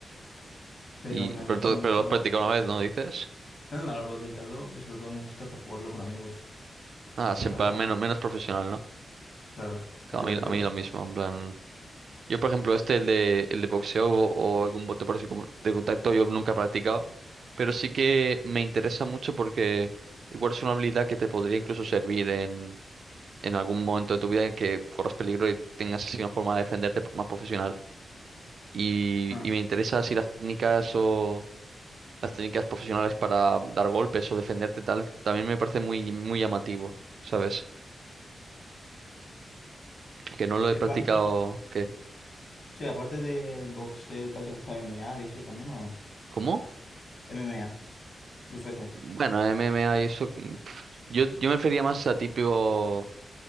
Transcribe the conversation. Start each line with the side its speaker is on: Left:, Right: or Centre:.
Left: Pero
Right: Y
Left: me
Right: pero,
Left: gusta
Right: entonces-
Left: mucho
Right: pero lo has practicado una vez, ¿no dices?
Left: <laughs> haberlo dedicado y sobre todo me gusta para jugarlo con amigos.
Right: Ah,
Left: Así
Right: siempre
Left: para echar-
Right: menos menos profesional, ¿no?
Left: claro,
Right: Claro,
Left: para divertirme.
Right: A mí, a mí lo mismo, en plan. Yo, por ejemplo, este, el de, el de boxeo o, o algún bote parecido como de contacto, yo nunca he practicado, pero sí que me interesa mucho porque igual es una habilidad que te podría incluso servir en, en algún momento de tu vida en que corras peligro y tengas así una forma de defenderte más profesional. Y,
Left: Ah.
Right: y me interesa si las técnicas o las técnicas profesionales para dar golpes o defenderte tal, también me parece muy, muy llamativo, ¿sabes? Que no lo
Left: Y
Right: he practicado,
Left: aparte de,
Right: ¿qué?
Left: sí, aparte del boxeo y tal, ¿te gusta M M A ¿Dices también o no?
Right: ¿Cómo?
Left: M M A y U F C
Right: Bueno, MMA y eso. mm, pf, Yo, yo me refería más a típico